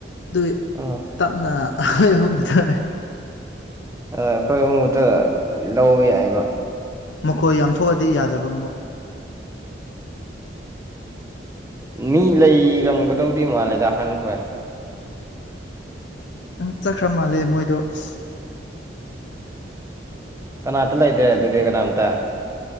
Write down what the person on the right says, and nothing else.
ꯑꯥ
ꯑꯥ ꯑꯈꯣꯏ ꯑꯍꯨꯝ ꯈꯇꯥ ꯂꯧꯕ ꯌꯥꯏꯕ
ꯃꯤ ꯂꯩꯔꯝꯒꯗꯧꯗꯤ ꯃꯥꯜꯂꯦꯗ ꯍꯟꯈꯣꯏ
ꯀꯅꯥꯝꯇ ꯂꯩꯇ꯭ꯔꯦ ꯑꯗꯨꯗꯤ ꯀꯅꯥꯝꯇ